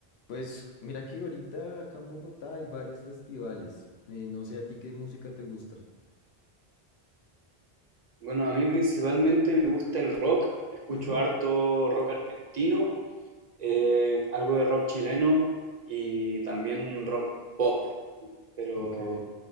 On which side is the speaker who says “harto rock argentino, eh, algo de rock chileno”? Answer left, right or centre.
Right